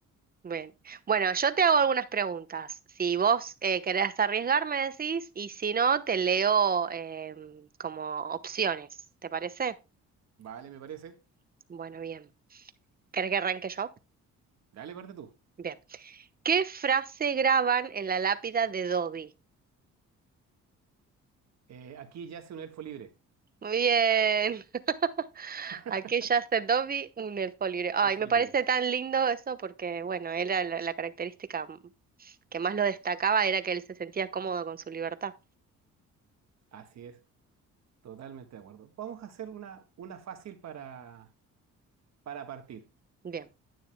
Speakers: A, on the right; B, on the right.
A: Bien. Bueno, yo te hago algunas preguntas. Si vos eh, querés arriesgar, me decís, y si no, te leo em, como opciones. ¿Te parece?
B: Vale, me parece.
A: Bueno, bien. ¿Querés que arranque yo?
B: Dale, parte tú.
A: Bien. ¿Qué frase graban en la lápida de Dobby?
B: Eh, aquí yace un elfo libre.
A: Muy bien. <laughs>
B: <laughs>
A: Aquí yace Dobby un elfo libre. Ay,
B: Elfo
A: me
B: libre.
A: parece tan lindo eso porque, bueno, era la, la característica m- que más lo destacaba era que él se sentía cómodo con su libertad.
B: Así es, totalmente de acuerdo. Vamos a hacer una, una fácil para, para partir.
A: Bien.